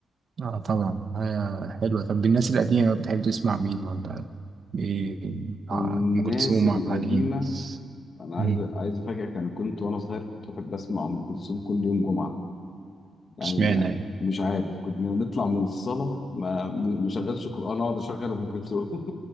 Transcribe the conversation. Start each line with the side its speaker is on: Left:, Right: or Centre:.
Right: اه طبعا هي حلوة طب الناس القديمة بتحب تسمع مين ولا ايه ع-
Left: الناس
Right: ام كلثوم
Left: القديمة
Right: عبد الحليم
Left: أنا عايز
Right: مم.
Left: عايز أفاجئك أنا كنت وأنا صغير كنت أحب أسمع أم كلثوم كل يوم جمعة يعني
Right: اشمعنى
Left: لا،
Right: يعني
Left: مش عارف كنا نطلع من الصلاة ما ما شغلش قرآن أقعد أشغل أم كلثوم